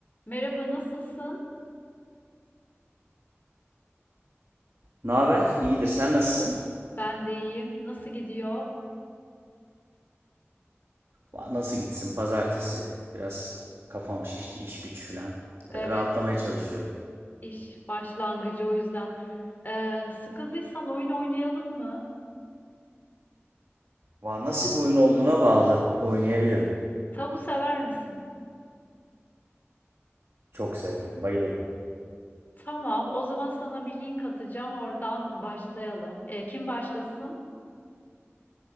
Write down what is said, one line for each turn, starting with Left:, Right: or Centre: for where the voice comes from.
Left: Merhaba, nasılsın?
Right: Ne haber? İyidir. Sen nasılsın?
Left: Ben de iyiyim. Nasıl gidiyor?
Right: Va- Nasıl gitsin? Pazartesi. Biraz kafam şişti. iş güç filan.
Left: Evet,
Right: E, Rahatlamaya çalışıyorum.
Left: iş başlangıcı o yüzden. Ee, sıkıldıysan oyun oynayalım mı?
Right: Va nasıl bir oyun olduğuna bağlı. Oynayabilirim.
Left: Tabu sever misin?
Right: Çok severim. Bayılırım.
Left: Tamam, o zaman sana bir link atacağım. Oradan başlayalım. Ee, kim başlasın?